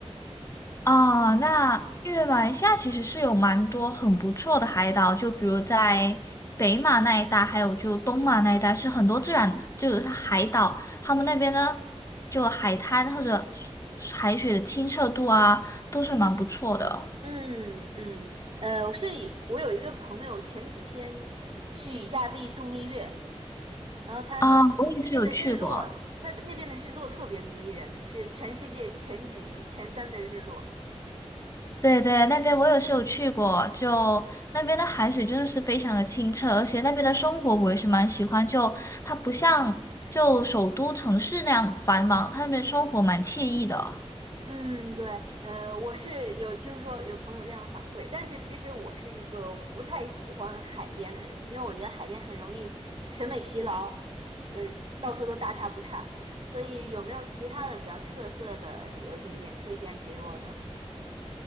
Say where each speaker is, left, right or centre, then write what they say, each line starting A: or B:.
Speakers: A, on the left; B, on the right.
A: 哦，那因为马来西亚其实是有蛮多很不错的海岛，就比如在北马那一带，还有就东马那一带，是很多自然就是它海岛，他们那边呢就海滩或者海水的清澈度啊，都是蛮不错的
B: 嗯嗯，呃，我是以我有一个朋友前几天去亚庇度蜜月。然后他说这边的日落，
A: 啊，我也是有去过。
B: 他那边的日落特别迷人，是全世界前几名、前三的日落。
A: 对对，那边我也是有去过，就那边的海水真的是非常的清澈，而且那边的生活我也是蛮喜欢，就它不像就首都城市那样繁忙，它那边生活蛮惬意的哦。
B: 嗯，对，呃，我是有听说有朋友这样反馈，但是其实我是一个不太喜欢海边的人，因为我觉得海边很容易审美疲劳，呃，到处都大差不差，所以有没有其他的比较特色的旅游景点推荐给我呢？